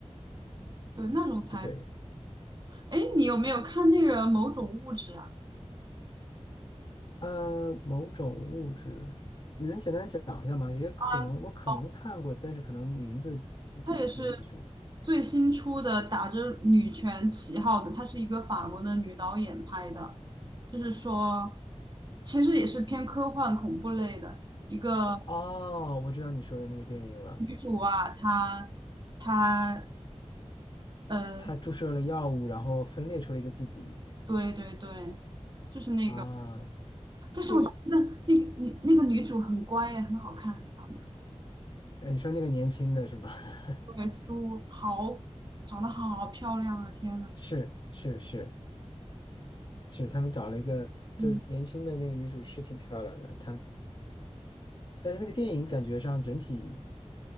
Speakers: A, on the right (about 40°); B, on the left (about 40°).
A: 对，那种才，
B: 对，
A: 哎，你有没有看那个某种物质啊？
B: 呃，某种物质，你能简单讲一下吗？也可能我可能看过，
A: 啊哦。
B: 但是可能名字
A: 她也是
B: 没记住。
A: 最新出的，打着女权旗号的，她是一个法国的女导演拍的，就是说，其实也是偏科幻恐怖类的。一个
B: 哦，我知道你说的那个电影了。
A: 女主啊，她她呃，
B: 他注射了药物，然后分裂出了一个自己
A: 对对对对，就是那个，
B: 啊，
A: 但是我觉得那个你那个女主很乖耶，
B: 那个，
A: 很好看，长得
B: 呃你说那个年轻的是吗？<laughs>
A: 对苏好，长得好漂亮啊！天呐，
B: 是是是是，他们找了一个就是年轻的那个女主是挺漂亮的，
A: 嗯。
B: 她但是那个电影感觉上整体